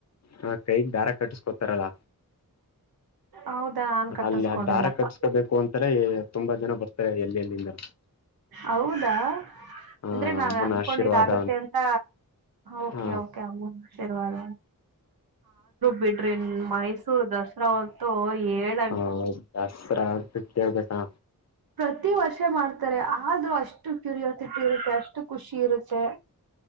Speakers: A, on the left; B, on the right.
A: ಹ ಕೈಗ್ ದಾರ ಕಟ್ಟಸ್ಕೊತ ತರಲ್ಲ
B: ಹೌದಾ ನಾನ್ ಕಟ್ಟಿಸಕೊಂಡಿಲ್ಲಪ್ಪ
A: ಅಲ್ಲಿ ಆ ದಾರ ಕಟ್ಸ್ಕೋಬೇಕು ಅಂತನೇ ತುಂಬಾ ಜನ ಬರ್ತಾರೆ ಎಲ್ಲಿ ಎಲ್ಲಿಂದ.
B: ಹೌದಾ.
A: ಆ
B: ಅಂದ್ರೆ ನಾವ್
A: ಅಮ್ಮನ
B: ಅನ್ಕೊಂಡಿದಾಗುತ್ತೆ
A: ಆಶೀರ್ವಾದ
B: ಅಂತ ಓಕೆ
A: ಹ
B: ಕೆ ಅಮ್ಮ ಆಶೀರ್ವಾದ ಬಿಡ್ರಿ ಮೈಸೂರು ದಸರಾ ಅಂತು ಏಳ
A: ಹ ಹೌದು ದಸರಾ ಸೊ ಕೇಳ್ಬೇಕಾ.
B: ಪ್ರತಿ ವರ್ಷ ಮಾಡ್ತ ಆದ್ರೂ ಅಷ್ಟು ಕ್ಯೂರಿಯಸ್ ಟ್ಟಿರುತ್ತೆ ಅಷ್ಟು ಖುಷಿ ಇರುತ್ತೆ.